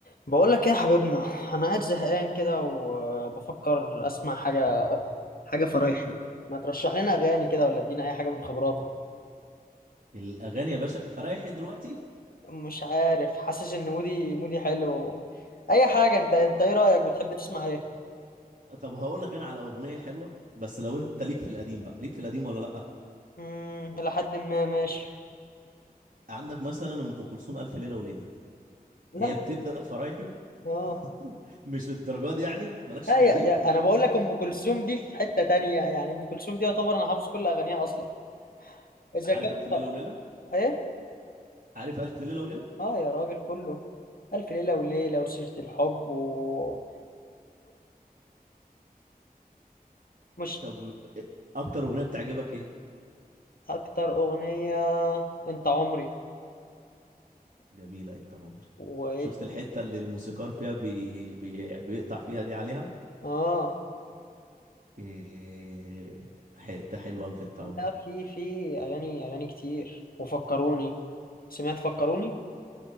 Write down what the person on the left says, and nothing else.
بقول لك ايه يا حبيبنا انا قاعد زهقان كده وبفكر اسمع حاجه حاجه فرايحي ما ترشح لنا اغاني كده ولا ادينا اي حاجه من خبراتك
مش عارف حاسس ان مودي مودي حلو اي حاجه انت انت ايه رايك بتحب تسمع ايه
امم الى حد ما ماشي
لا
اه
لا
يا يا انا بقول لك ام كلثوم دي في حته تانية يعني ام كلثوم دي يعتبر انا حافظ كل اغانيها اصلا اذا
كان
ف-
ايه
اه يا راجل كله الف ليله وليله وسيره الحب وكله مش
اكتر اغنية انت عمري
وايه
اه
لا في في اغاني اغاني كتير وفكروني سمعت فكروني